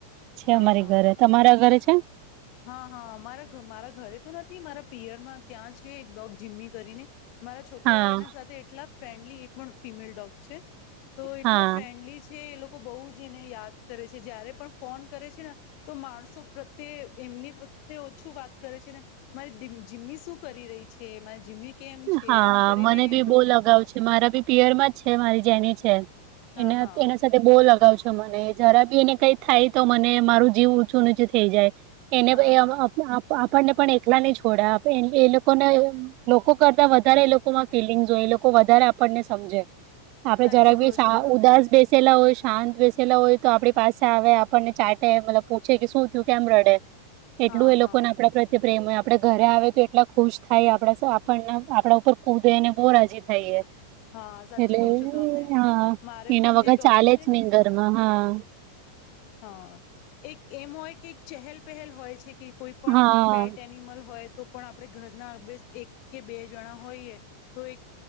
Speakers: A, on the right; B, on the left.
A: છે
B: હા
A: અમારી
B: હા
A: ઘરે તમારા ઘરે <unintelligible>
B: હા હા મારા મારા ઘરે તો નથી મારા પિયરમાં ત્યાં છે એક ડોગ જીમ્મી કરીને મારા છોકરાઓ
A: હા
B: એના સાથે એટલા ફ્રેન્ડલી એ પણ ફિમેલ ડોગ છે. તો એટલા
A: હા
B: ફ્રેન્ડલી છે એ લો બહુ જ એને યાદ કરે છે જયારે પણ ફોન કરે છે ને તો માણસો પ્રત્યે એમની <unintelligible> ઓછું વાત કરે છે ને મારી ડીમ જીમ્મી શું કરી રહી છે મારી જીમ્મી કેમ છે
A: હા
B: એમ કરીને
A: મને બી
B: ડો.
A: બો લગાવ છે મારા બી પિયરમાં જ છે મારી જેની છે.
B: હા
A: એના
B: હા
A: એના સાથે બો લ ગાવ છે મને જરા બી એને કઈક થાય તો મને મારું જીવ ઊચું નીચું થઈ જાય. એને
B: હા
A: અ
B: હા
A: અ આપ આપણને પણ એકલા નહીં છોડે એ લોકોને એવ લોકો કરતા વધારે એ લોકોમાં ફીલિંગ્સ હોય એ લોકો વધારે આપણને સમજે. આપડે
B: સાચું
A: જરાક
B: કહો
A: બી સા
B: છો તમે
A: ઉદાસ બેસેલા હોય શાંત બેસેલા હોય તો આપણી પાસે આવે આપણને ચાટે મતલબ પૂછે કે શું થયું કેમ રડે? એટલું
B: હા
A: એ
B: હા
A: લોકોને આપણા પ્રત્યે પ્રેમ હોય આપણેે ઘરે આવે તો એટલા ખુશ થાય આપણે આપ પણ આપણા ઉપર કૂદે ને બહુ રાજી થાય એ.
B: હા સાચું
A: એટલે
B: કહો છો તમે
A: હા
B: મારે
A: એના
B: પણ
A: વગર
B: જે ડોગી
A: ચાલે
B: છે
A: જ
B: ને
A: નઈ ઘરમાં હા.
B: હા એક એમ હોય કે એક ચહેલપહેલ હોય છે કે કોઈ પણ
A: હા
B: પેટ એનિમલ હોય તો પણ આપણે ઘરના બે એક કે બે જણા હોઈએ તો એક